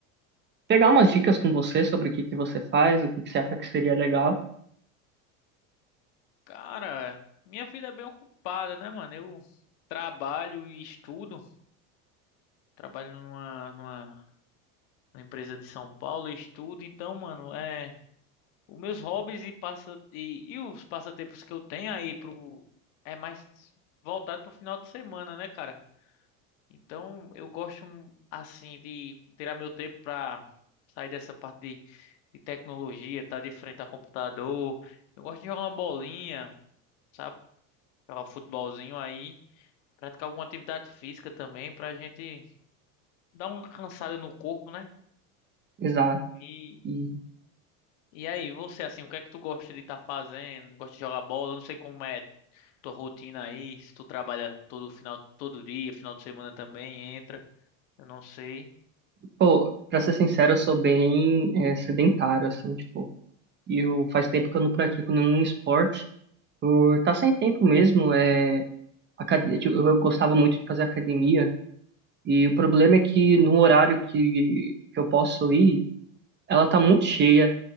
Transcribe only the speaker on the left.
Cara, minha vida é bem ocupada, né, mano? Eu trabalho e estudo. Trabalho numa, numa, numa empresa de São Paulo e estudo. Então, mano, é os meus hobbies e passa e, e os passatempos que eu tenho aí pro é mais voltado pro final de semana, né, cara? Então, eu gosto hum, assim de tirar meu tempo para sair dessa parte de, de tecnologia, tá de frente a computador. Eu gosto de jogar uma bolinha, sabe? Jogar um futebolzinho aí, praticar alguma atividade física também pra gente dar uma cansada no corpo, né?
E
e aí, você assim, o que é que tu gosta de estar fazendo? Gosta de jogar bola? Eu não sei como é tua rotina aí, se tu trabalha todo final, todo dia, final de semana também entra. Eu não sei.